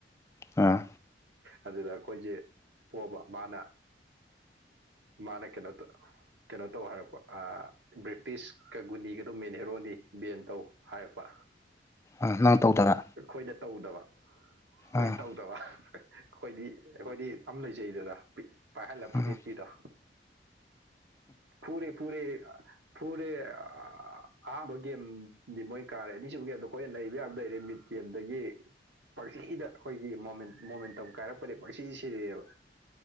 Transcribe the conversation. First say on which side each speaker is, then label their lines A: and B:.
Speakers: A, on the left; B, on the right.
A: ꯑꯥ
B: ꯑꯗꯨꯗ ꯑꯩꯈꯣꯏꯖꯦ ꯄꯣꯕ ꯃꯥꯅ ꯃꯥꯅ ꯀꯩꯅꯣ ꯇ ꯀꯩꯅꯣ ꯇꯧ ꯍꯥꯏꯔꯛꯄ ꯑꯥ ꯕ꯭ꯔꯤꯇꯤꯁꯀ ꯒꯨꯅꯤꯒꯗꯣ ꯃꯦꯟ ꯍꯦꯔꯣꯅꯤ ꯕꯦꯟ ꯇꯧ ꯍꯥꯏꯔꯛꯄ
A: ꯑ ꯅꯪ ꯇꯧꯗꯕ
B: ꯑꯩꯈꯣꯏꯗ ꯇꯧꯗꯕ ꯍꯣꯏ
A: ꯑꯥ
B: ꯇꯧꯗꯕ ꯈꯣꯏꯗꯤ ꯑꯩꯈꯣꯏꯗꯤ ꯑꯝ ꯂꯩꯖꯩꯗꯅ ꯄꯥꯏꯍꯜꯂ
A: ꯑꯥ
B: ꯐꯨꯗꯦꯛꯄꯤꯗꯣ ꯐꯨꯔꯦ ꯐꯨꯔꯦ ꯐꯨꯔꯦ ꯑ ꯑꯍꯥꯝꯕ ꯒꯦꯝꯗꯤ ꯃꯣꯏ ꯀꯥꯔꯦ ꯑꯅꯤꯁꯨꯕ ꯒꯦꯝꯗꯣ ꯑꯩꯈꯣꯏꯅ ꯅꯩꯕ ꯌꯥꯕ ꯅꯩꯔꯦ ꯃꯤꯠ ꯒꯦꯝꯗꯒꯤ ꯄꯔꯁꯤꯗ ꯑꯈꯣꯏꯒꯤ ꯃꯣꯃꯦꯟ ꯃꯣꯃꯦꯟꯇꯝ ꯀꯥꯏꯔꯛꯄꯗꯩ ꯄꯪꯁꯤ ꯁꯤꯔꯦꯕ